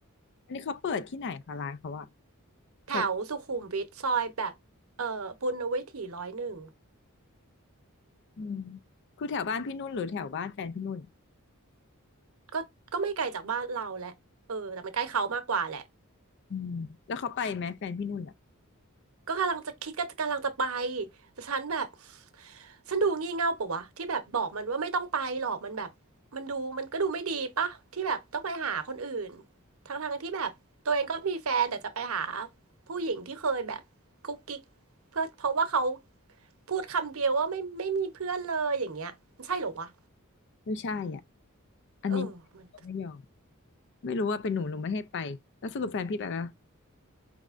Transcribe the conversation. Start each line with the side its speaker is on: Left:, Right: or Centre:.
Left: อันนี้เขาเปิดที่ไหนคะร้านเขาอะ
Right: แถวสุขุมวิทซอยแบบเอ่อปุณณวิถีร้อยหนึ่ง
Left: แถวอืมคือแถวบ้านพี่นุ่นหรือแถวบ้านแฟนพี่นุ่น
Right: ก็ก็ไม่ไกลจากบ้านเราแหละเออแต่มันใกล้เขามากกว่าแหละ
Left: อืมแล้วเขาไปไหมแฟนพี่นุ่นอะ
Right: ก็กำลังจะคิดก็กำลังจะไปแต่ฉันแบบฉันดูงี่เง่าปะวะที่แบบบอกมันว่าไม่ต้องไปหรอกมันแบบมันดูมันก็ดูไม่ดีปะที่แบบต้องไปหาคนอื่นทั้งทั้งที่แบบตัวเองก็มีแฟนแต่จะไปหาผู้หญิงที่เคยแบบกุ๊กกิ๊กเพื่อเพราะว่าเขาพูดคำเดียวว่าไม่ไม่มีเพื่อนเลยอย่างเงี้ยมันใช่เหรอวะ
Left: ไม่ใช่อ่ะอันนี้เขาไม่ยอม
Right: เออมัน
Left: ไม่รู้ว่าเป็นหนูหนูไม่ให้ไป แล้วสรุปแฟนพี่ไปปะ